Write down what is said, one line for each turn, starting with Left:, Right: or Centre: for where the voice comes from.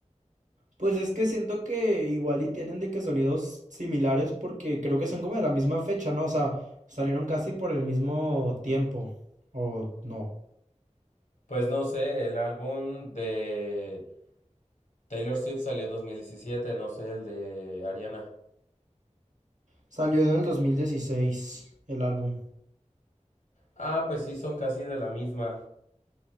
Right: pues es que siento que igual y tienen de que sonidos similares porque creo que son como de la misma fecha, ¿no? O sea, salieron casi por el mismo tiempo, o no.
Left: Pues no sé, el álbum de Taylor Swift salió en 2017, no sé, el de Ariana.
Right: Salió en el 2016 el álbum.
Left: Ah, pues sí, son casi de la misma.